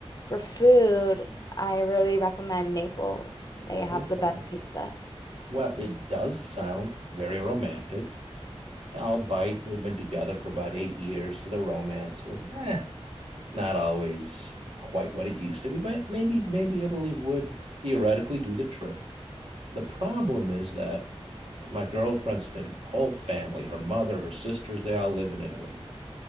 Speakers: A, on the left; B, on the right.
A: for food, I really recommend Naples. They have
B: Okay.
A: the best pizza.
B: Well, it does sound very romantic. Albeit we've been together for about eight years, so the romance is eh, not always quite what it used to be. But maybe maybe Italy would theoretically do the trick. The problem is that my girlfriend's uh, whole family, her mother, her sisters, they all live in Italy.